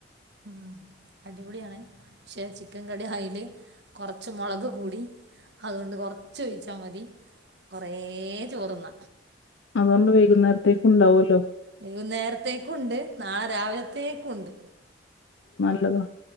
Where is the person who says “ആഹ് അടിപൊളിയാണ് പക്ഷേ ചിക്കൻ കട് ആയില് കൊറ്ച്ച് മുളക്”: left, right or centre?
Right